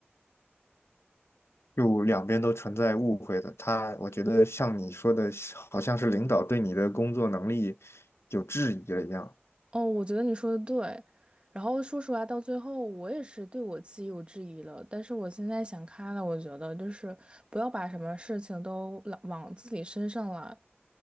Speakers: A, on the left; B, on the right.
A: 就两边都存在误会的。他，我觉得像你说的，好像是领导对你的工作能力有质疑了一样。
B: 哦，我觉得你说的对。然后说实话，到最后我也是对我自己有质疑了。但是我现在想开了，我觉得就是不要把什么事情都往往自己身上揽。